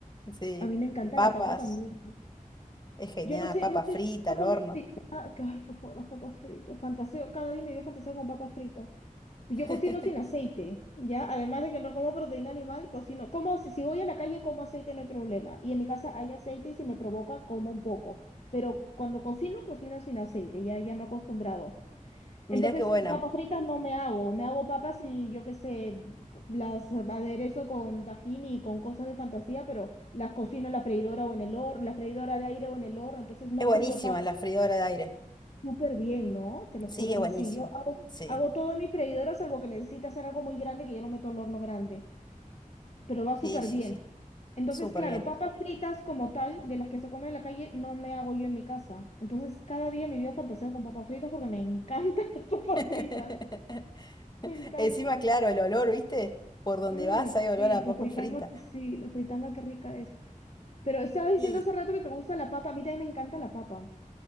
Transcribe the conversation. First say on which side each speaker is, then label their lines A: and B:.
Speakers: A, on the left (about 30°); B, on the left (about 50°).
A: Sí,
B: A mí me encanta
A: papas,
B: la papa también.
A: es genial,
B: Yo no sé,
A: papa
B: no sé
A: frita
B: si está
A: al
B: familiarizado
A: horno.
B: Ah, que- ay, por favor, las papas fritas. Fantaseo, cada día me voy a fantaseo con papas fritas. Yo
A: <laughs>
B: cocino sin aceite, ¿ya? Además de que no como proteína animal, cocino. Como si, si voy a la calle, como aceite, no hay problema. Y en mi casa hay aceite y si me provoca, como un poco. Pero cuando cocino, cocino sin aceite, ya, ya me he acostumbrado.
A: Mirá
B: Entonces,
A: qué buena.
B: papas fritas no me hago. Me hago papas y yo qué sé, las aderezo con tajín y con cosas de fantasía, pero las cocino en la freidora o en el horno, en la freidora de aire o en el horno, entonces no
A: Es buenísima
B: frío papas.
A: la freidora de aire.
B: Súper bien, ¿no? Te lo
A: Sí,
B: juro.
A: es
B: me-
A: buenísimo.
B: Sí, yo hago,
A: Sí,
B: hago todo en mi freidora, salvo que necesita hacer algo muy grande que yo lo meto al horno grande. Pero va
A: sí,
B: súper
A: sí,
B: bien.
A: sí.
B: Entonces,
A: Súper
B: claro,
A: bien.
B: papas fritas como tal, de las que se comen en la calle, no me hago yo en mi casa. Entonces, cada día en mi vida fantaseo con papas fritas porque me encantan <laughs> las papas
A: <laughs>
B: fritas. Me encantan.
A: Encima, claro, el olor, ¿viste? Por donde
B: Mm,
A: vas hay olor
B: sí,
A: a
B: la
A: papa
B: fritanga,
A: frita.
B: sí, la fritanga, qué rica es. Pero estabas diciendo
A: Y
B: hace rato que te gusta la papa. A mí también me encanta la papa.